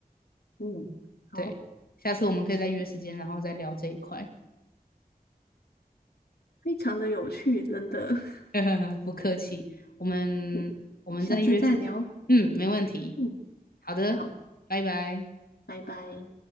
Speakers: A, on the left (about 85°); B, on the left (about 65°).
A: 嗯，好。
B: 对，下次我们可以再约时间，然后再聊这一块。
A: 非常的有趣，真的。<laughs>
B: <laughs> 不客气，我们我们再约时间，
A: 嗯下次再聊。
B: 嗯，没问题。
A: 嗯，
B: 好的，
A: 好，
B: 拜拜。
A: 拜拜。